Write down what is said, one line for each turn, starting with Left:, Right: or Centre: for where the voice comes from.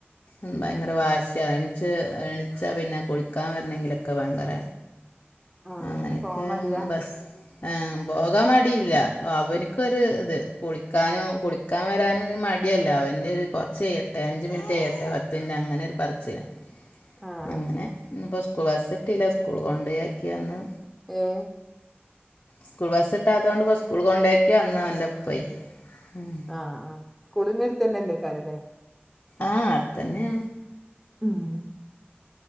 Left: ഉം ഭയങ്കര വാശിയാ, എണ്ച്ച് എണീച്ചാ പിന്നെ കുളിക്കാൻ വരണങ്കിലൊക്കെ ഭയങ്കര
Centre: ആഹ്
Left: അങ്ങനെയൊക്കെ
Centre: പോവാൻ മടിയാ
Left: ഇന്ന് ബസ് ആഹ് പോകാ മടിയില്ല അവനിക്കൊരു ഇത് കുളിക്കാനും കുള് പോകന് വരാൻ മടിയല്ല അവൻ്റെ ഒരു കുറച്ച് കയ്യട്ടെ അഞ്ച് മിനിറ്റ് കയ്യട്ടെ പത്ത് മിനിറ്റ് അങ്ങനെ ഒരു പറച്ചിലാ
Centre: ആഹ്
Left: അങ്ങനെ ഇന്ന് ഇപ്പോ സ്കൂൾ ബസ് എത്തില്ല, സ്കൂൾ കൊണ്ടോയാക്കി വന്ന്
Centre: ഏഹ്
Left: സ്കൂൾ ബസ് കിട്ടാത്തോണ്ട് ഇപ്പ സ്കൂൾ കൊണ്ടേക്കി വന്നു ഓന്റെപ്പയി, മ്
Centre: ആഹ് ആഹ് സ്കൂളിന്റെ അടുത്തന്നല്ലേ <unintelligible>
Left: ആഹ് അടുത്തന്നെയ
Centre: ആഹ്